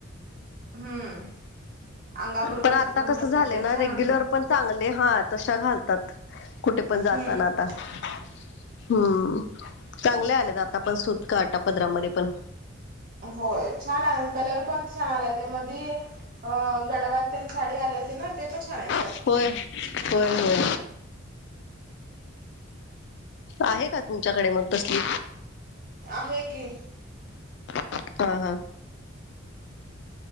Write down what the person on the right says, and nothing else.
हम्म अंगाबरोबर
चिटकून
बसतात
ते
छान
वाटते
हम्म
होय छान आहे कलर पण छान आलाय ते मधी गडवाल तेन. साडी आले होते ना ते पछाण्या
आहे की